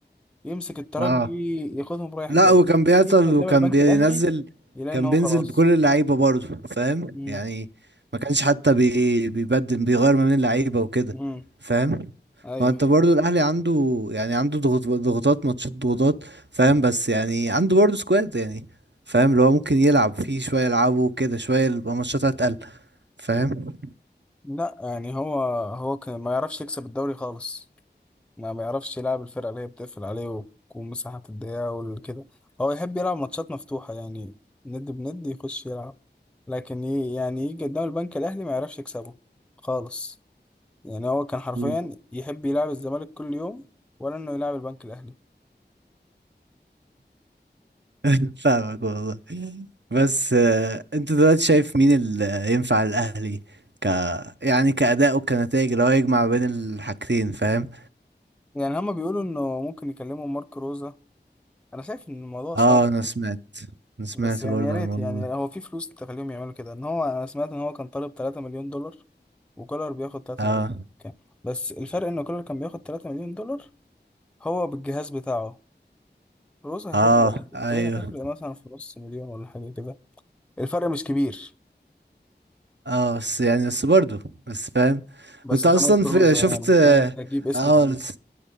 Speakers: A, in the centre; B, on the right.
A: يمسك الترجي
B: اه
A: ياخدهم رايح
B: لا
A: جاي
B: هو
A: يجي
B: كان بيعطل
A: يجي قدام
B: وكان
A: البنك
B: بينزل
A: الاهلي يلاقي
B: كان
A: ان هو
B: بينزل
A: خلاص
B: بكل اللعيبة برضه فاهم
A: امم
B: يعني ما كانش حتى بي بيبدل بيغير ما بين اللعيبة وكده
A: امم
B: فاهم
A: ايوه
B: ما انت برضه الاهلي عنده يعني عنده ضغط ضغوطات ماتشات ضغوطات فاهم بس يعني عنده برضه سكواد يعني فاهم اللي هو ممكن يلعب فيه شوية يلعبه كده شوية يبقى ماتشات هتقل فاهم
A: لا يعني هو هو كان ما يعرفش يكسب الدوري خالص ما بيعرفش يلعب الفرقه اللي هي بتقفل عليه ومساحه الضيقه وكده هو يحب يلعب ماتشات مفتوحه يعني ند بند يخش يلعب لكن ي- يعني يجي قدام البنك الاهلي ما يعرفش يكسبه خالص يعني هو كان حرفيا
B: مم.
A: يحب يلعب الزمالك كل يوم ولا انه يلعب البنك الاهلي
B: <laughs> فاهمك والله بس آه، انت دلوقتي شايف مين اللي ينفع الاهلي ك يعني كأداء وكنتائج اللي هو يجمع بين الحاجتين فاهم
A: يعني هما بيقولوا انه ممكن يكلموا مارك روزا انا شايف ان الموضوع صعب
B: اه انا سمعت انا سمعت
A: بس يعني
B: برضه
A: يا ريت
B: عن الموضوع
A: يعني
B: ده
A: هو في فلوس تخليهم يعملوا كده ان هو انا سمعت ان هو كان طالب 3 مليون دولار وكولر بياخد 3
B: اه
A: مليون كان. بس الفرق ان كولر كان بياخد 3 مليون دولار هو بالجهاز بتاعه روزا هياخدها
B: اه
A: لوحده
B: ايوه
A: فهي هتفرق مثلا في نص مليون ولا حاجه كده الفرق مش كبير
B: <laughs> اه بس يعني بس برضه بس فاهم
A: بس
B: وانت اصلا
A: ده مارك
B: في
A: روزا
B: شفت
A: يعني
B: اه
A: يعني انت هتجيب اسم
B: آه،
A: تقيل